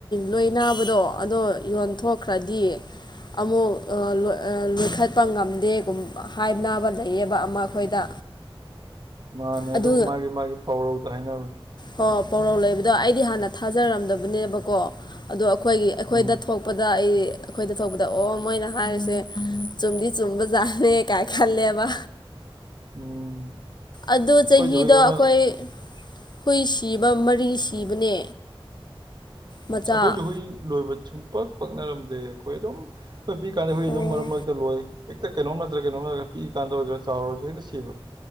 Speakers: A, on the left; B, on the right.
A: ꯂꯣꯏꯕꯗꯣ ꯑꯗꯣ ꯌꯣꯟꯊꯣꯛꯈ꯭ꯔꯗꯤ ꯑꯃꯨꯛ ꯂꯣꯏꯈꯠꯄ ꯉꯝꯗꯦ ꯍꯥꯏꯅꯕ ꯂꯩꯌꯦꯕ ꯑꯃ ꯑꯩꯈꯣꯏꯗ
B: ꯃꯥꯅꯦ
A: ꯑꯗꯨ
B: ꯑꯗꯨꯝ ꯃꯥꯒꯤ ꯃꯥꯒꯤ ꯄꯥꯎꯔꯧꯗ ꯍꯥꯏꯅꯕꯅꯦ
A: ꯍꯣꯏ ꯄꯧꯔꯧ ꯂꯩꯕꯗꯣ ꯑꯩꯗꯤ ꯍꯥꯟꯅ ꯊꯥꯖꯔꯝꯗꯕꯅꯦꯕꯀꯣ ꯑꯗꯣ ꯑꯩꯈꯣꯏꯒꯤ ꯑꯩꯈꯣꯏꯗ
B: ꯎꯝ
A: ꯊꯣꯛ ꯄꯗ ꯑꯩ ꯑꯩꯈꯣꯏꯗ ꯊꯣꯛꯄꯗ ꯑꯣ ꯃꯣꯏꯅ ꯍꯥꯏꯔꯤꯁꯦ ꯆꯨꯝꯗꯤ ꯆꯨꯝꯕꯖꯥꯠꯅꯦ ꯀꯥꯏꯅ ꯈꯜꯂꯦꯕ
B: ꯎꯝ
A: ꯑꯗꯨ ꯆꯍꯤꯗꯣ
B: ꯑꯩꯈꯣꯏꯁꯨ ꯍꯨꯏ ꯑꯃ
A: ꯑꯩꯈꯣꯏ ꯍꯨꯏ ꯁꯤꯕ ꯃꯔꯤ ꯁꯤꯕꯅꯦ ꯃꯆꯥ
B: ꯑꯩꯈꯣꯏꯁꯨ ꯍꯨꯏ ꯂꯣꯏꯕ ꯁꯨꯡꯄꯛ ꯄꯛꯅꯔꯝꯗꯦ ꯑꯩꯈꯣꯏ ꯑꯗꯨꯝ ꯍꯣꯏ ꯄꯤꯛ ꯀꯥꯟꯗ ꯑꯩꯈꯣꯏ
A: ꯑꯣ
B: ꯑꯗꯨꯝ ꯃꯔꯛ ꯃꯔꯛꯇ ꯂꯣꯏ ꯍꯦꯛꯇ ꯀꯩꯅꯣꯝ ꯅꯠꯇ꯭ꯔ ꯀꯩꯅꯣ ꯅꯠꯇ꯭ꯔ ꯄꯤꯏ ꯀꯥꯟꯗ ꯑꯣꯏꯒꯦꯔ ꯆꯥꯎꯔꯁꯨ ꯍꯦꯛꯇ ꯁꯤꯕ